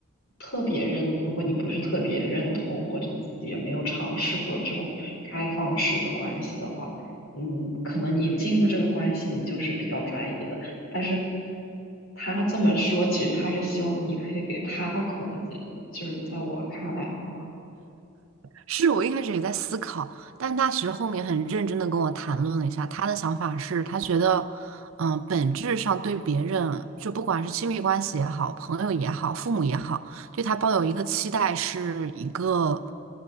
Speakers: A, on the left (about 65°); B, on the right (about 65°).
A: 特别认，如果你不是特别认同，或者自己也没有尝试过这种开放式的关系的话。嗯，可能你进入这个关系，你就是比较专一的。但是他这么说，其实他是希望你可以给他空间的就是在我看来的话
B: 是我一开始也在思考，但他其实后面很认真的跟我谈论了一下，他的想法是，他觉得，嗯、本质上对别人，就不管是亲密关系也好，朋友也好，父母也好，对他抱有一个期待，是一个